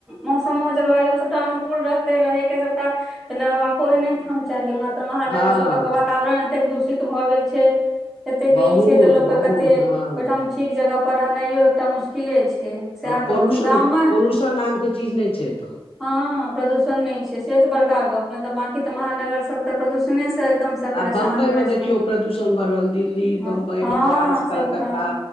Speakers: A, in the centre; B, on the left (about 65°).
A: मौसमो जलवायु सबटा अनुकूल रहते रहे के सबटा त नेबाको ओहिने ठाम चाही ओना महानगर
B: हँ
A: सभक के वातावरण एतेक दूषित भऽ गेल छै एतेक
B: बहुत
A: ई छै तऽ लोक के
B: बहुत
A: कते
B: हँ
A: ओहिठाम ठीक जगह पर रहनाइयो एकटा मुश्किले छै सएह
B: हँ पोलुशन
A: गप छै गाममे
B: पोल्युशन नामके चीज नहि छै एतऽ
A: हँ प्रदूषण नहि छै से तऽ बड़का गप नहि तऽ बंकी तऽ महानगर सब तऽ प्रदूषणे से एकदम से
B: आ
A: परेशान
B: बम्बइ
A: परेशान
B: मे देखियौ प्रदूषण भरल दिल्ली
A: हँ
B: बम्बइ
A: हँ
B: मद्रास कलकत्ता
A: सबठाम